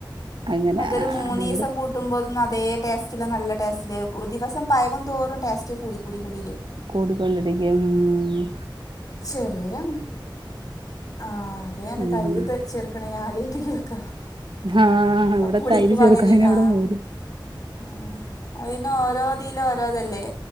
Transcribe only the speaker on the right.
അങ്ങനെ
ഇവിടെ
കൂടിക്കൊണ്ടിരിക്കും ഉം ഉം
ഉം
ആഹ്
ഇവിടെ
തൈര്
ചേർക്കും അതിന്
ഇവിടെ മോരും